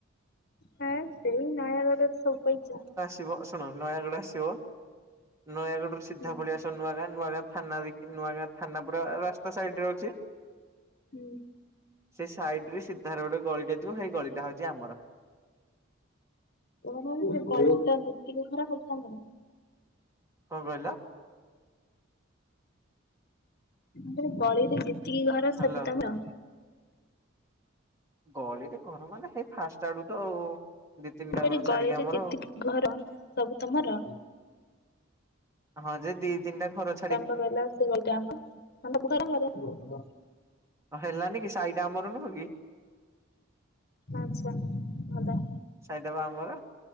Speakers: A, on the left; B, on the right.
A: ହେ ସେଇ ନୟାଗଡ଼ ଶୋ କରୁଛ।
B: ଏବେ ଶୁଣ ନୟାଗଡ ଆସିବ ନୟାଗଡରୁ ସିଧା
A: ହୁଁ
B: ପଲେଇ <unintelligible> ନୂଆଗାଁ ନୂଆଗାଁ ଥାନା ଦେଇକି ନୂଆାଁ ଥାନା ପୁରା ରା ସାଇଡରେ ଅଛି
A: ହୁଁ
B: ସେ ସାଇଡରେ ସିଧାର ଗୋଟେ ଗଳିଟେ ହେଇ ଗଳିଟା ହଉଛି ଆମର।
A: ତମର <unintelligible>
B: କଣ କହିଲ?
A: ତମ ଗଳିରେ ଯେତିକି ଘର
B: ହାଲୋ।
A: ସବୁ ତମର?
B: ଗଳିରେ ଘର ମାନେ ହେଇ ଫାଷ୍ଟ ଆଡୁ ତ ଆଉ ଦି ତିନିଟା
A: କହିଲି
B: ଘର ଛାଡିକି
A: ଗଳିରେ
B: ଆମର
A: ଯେତିକି
B: ଆଉ।
A: ଘର ସବୁ ତମର?
B: ହଁ ଯେ ଦି ତିନଟା ଘର ଚ୍
A: ତମେ ପା କହିଲ <unintelligible> ତମେ ଭୋକରେ <unintelligible>
B: ହେଲାନି କି ସାଇଟା ଆମର ନୁହଁ କି?
A: ଆଚ୍ଛା ଭଲ।
B: ସାଇଟା ପା ଆମର।